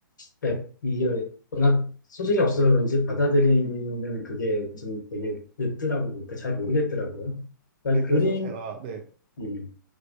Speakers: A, on the left (about 60°); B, on the right (about 30°).
A: 그러니까 이게 워낙 소질이 없어서 그런지 받아들이는 그게 좀 되게 늦더라고요. 그러니까 잘 모르겠더라고요. 그러니까
B: 네, 그래서
A: 그림,
B: 제가, 네.
A: 음,